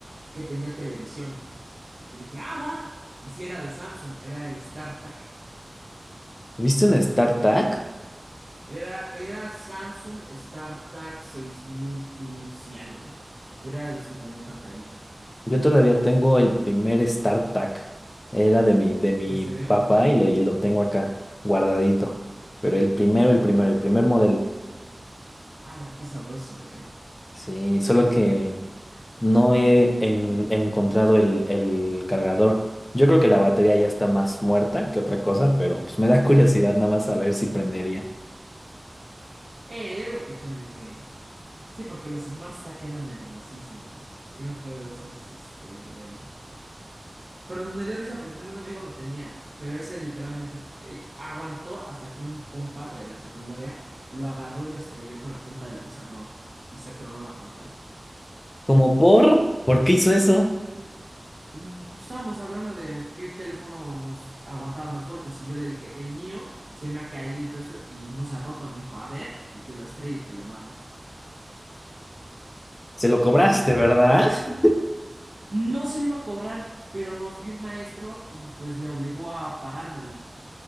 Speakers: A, on the right; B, on the left.
A: que tenía televisión. Y dije, ah, va. Y si era de Samsung, era el StarTAC.
B: ¿Viste un StarTAC?
A: Era, era Samsung StarTAC 6500 y algo. Pero era de los que tenían pantallita.
B: Yo todavía tengo el primer StarTAC. Era de mi, de mi
A: ¿En serio?
B: papá y lo, y lo tengo acá guardadito. Pero el primero, el primero, el primer modelo.
A: ¡Hala, qué sabroso, eh!
B: Sí, solo que No he en- encontrado el, el cargador. Yo creo que la batería ya está más muerta que otra cosa, pero pues me da <laughs> curiosidad nada más saber si prendería.
A: Eh, yo digo que chance sí. Sí, porque los Smart Stack eran hermosísimos. Sí me acuerdo de esos, este... Pero me dio risa porque también un amigo lo tenía. Pero ese literalmente fu- y aguantó hasta que un compa de la secundaria lo agarró y lo estrelló con la punta del pizarrón. Y se tronó la pantalla.
B: Como por? ¿Por qué hizo eso?
A: Mm, Pues estábamos hablando de qué teléfono nos aguantaba más golpes. Y yo le dije, el mío se me ha caído y todo eso. Y nos ha roto. Y me dijo, a ver, y que lo estrelle y que lo mata.
B: Se lo
A: Y
B: cobraste,
A: pues ya.
B: ¿verdad? <laughs>
A: No se lo iba a cobrar, pero nos vio un maestro y pues le obligó a pagármelo.